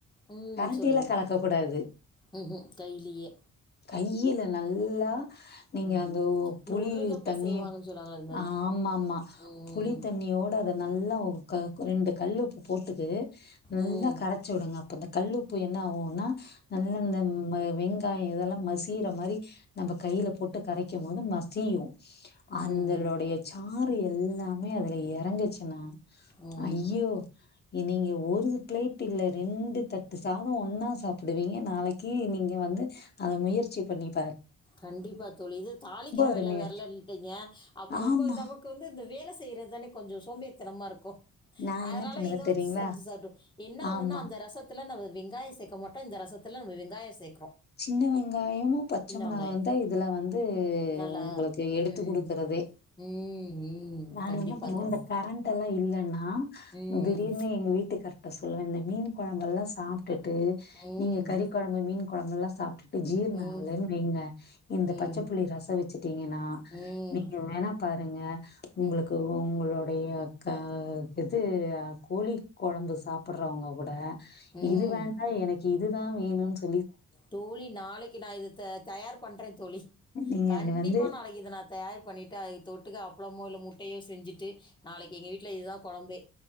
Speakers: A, on the left; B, on the left.
A: ம்
B: கரண்டில
A: சொல்லுங்க
B: கலக்க கூடாது
A: ம் ம் கைலயே
B: கையில நல்லா நீங்க
A: ம்.
B: அந்த ஓ புளி
A: நொறுக பெசைவாங்கன்னு
B: தண்ணி
A: சொல்லுவாங்கல்ல, அது மாரி.
B: ஆமாம்மா ஆ
A: ம்.
B: புளித்தண்ணியோட அத நல்லா <unintelligible> ரெண்டு கல்லுப்பு போட்டுக்கு நல்லா
A: ம்.
B: கரச்சி வுடுங்க அப்ப இந்த கல்லுப்பு என்ன ஆகுனா நல்லா இந்த <unintelligible> வெங் தா எதெல்லா மசீர மாரி நம்ப கையில போட் ட்டு கரைக்கும் போது மசியு அந்தளுடைய
A: ம்.
B: சாறு எல்லாமே அதுல எறங்கச்சுன்னா
A: ம்.
B: ஐயோ இ நீங்க ஒருது பிளேட் இல்ல ரெண்டு தட்டு சாதோ ஒன்னாஸ் சாப்பிடுவீங்க நாளைக்கு நீங்க வந்து அத முயற்சி பண்ணிப்
A: கண்டிப்பா தோழி இது தாளிக்கிற
B: அருமையா
A: வேல வெர்லன்ட்டீங்க
B: இருக்கு
A: அப்ப ரொம்ப
B: ஆமா
A: தமக்கு வந்து இந்த வேல் வேல செய்றதுதானே கொஞ்சோ சோம்பேறித்தனமாருக்கு
B: நா
A: அதனால
B: என்ன பண்ணுவே
A: இத
B: தெரியுங்களா
A: வச்சு செஞ்சு சட்டுப் என்ன ஒண்ணுன்னா
B: ஆமா
A: அந்த ரசத்துல நம்ம வெங் காயோ சேக்க மாட்டோ இந்த ரசத்துல நம்ப வெங்காயோ சேக்
B: சின்ன வெங்காயமு பச்ச மிளகா
A: வெங்காயம்.
B: வந்து த்தா இதுல வந்து
A: நல்லா
B: உங்களுக்கு எடுத்து
A: ம்.
B: குடுக்குறது
A: ம். ம்.
B: நான்
A: கண்டிப்பா
B: என்ன பண் <unintelligible>
A: தோழி.
B: இந்த கரண்ட்ட எல்லா இல்லன்னா
A: ம்.
B: திடீர்னு எங்க வீட்டுக்கார்ட சொல்லுவே இந்த மீன் கொழம்பெல்லா சாப்ட்டுட் டு
A: ம்.
B: நீங்க கறி கொழம்பு மீன் கொழம்பெல்லா சாப்ட்டுட்டு ஜீர்ணோ
A: ம்.
B: ஆவலன்னு வைங்க இந்த
A: ம்.
B: பச்சப்புளி ரசோ வச்சுட்டீங்கன்னா
A: ம்.
B: நீங்க வேணா பாருங்க
A: ம்.
B: உங்களுக்கு உங்களோட ஐயோ அக்கா இது கோழி கொழம்பு சாப்பிடறவங்க கூட
A: ம்.
B: இது வேண்டா எனக்கு இதுதா வேணுன்ஸ்
A: தோழி நாளைக்கு நா இதுதத் தயார் பண்றே தோழி
B: நீங்க
A: கண்டிப்பா
B: வந்து
A: நாளைக்கு இத நா தயார் பண்ணிட்டு அதுக்கு தொட் டுக்க அப்ளமோ இல்ல முட்டையோ செஞ்சுட்டு நாளைக்கு எங்க வீட்ல இதுதா கொழம்பே